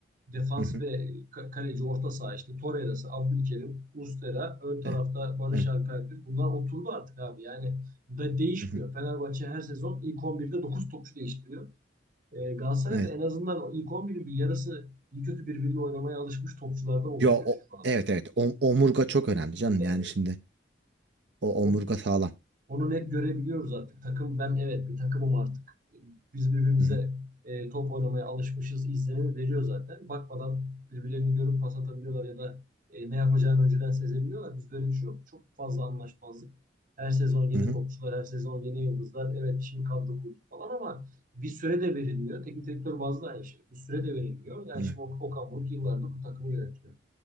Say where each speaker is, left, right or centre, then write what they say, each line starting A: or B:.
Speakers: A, on the right (about 45°); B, on the right (about 65°).
A: defans
B: Hı hı.
A: ve ka- kaleci orta saha işte Torreira'sı, Abdülkerim, Muslera, ön tarafta
B: E,
A: Barış
B: e,
A: Alper'dir. Bunlar oturdu artık abi. Yani da değişmiyor.
B: hı hı.
A: Fenerbahçe her sezon ilk on birde 9 topçu değiştiriyor. E, Galatasaray
B: Evet.
A: da en azından o ilk 11'in bir yarısı iyi kötü birbiriyle oynamaya alışmış topçulardan oluşuyor
B: Yo, o,
A: şu anda.
B: evet evet. O- omurga çok önemli canım.
A: E,
B: Yani şimdi o
A: o-
B: omurga sağlam.
A: Onu net görebiliyoruz artık. Takım ben evet bir takımım artık. Biz birbirimize
B: Hı hı.
A: e, top oynamaya alışmışız izlenimi veriyor zaten. Bakmadan birbirlerini görüp pas atabiliyorlar ya da e, ne yapacağını önceden sezebiliyorlar. Biz böyle bir şey yok. Çok fazla anlaşmazlık. Her sezon yeni
B: Hı hı.
A: topçular, her sezon yeni yıldızlar. Evet şimdi kadro kurduk falan ama bir süre de verilmiyor. Teknik direktör bazlı aynı şey. Bir süre de verilmiyor. Yani
B: Evet.
A: şimdi Okan Okan Buruk yıllardır bu takımı yönetiyor.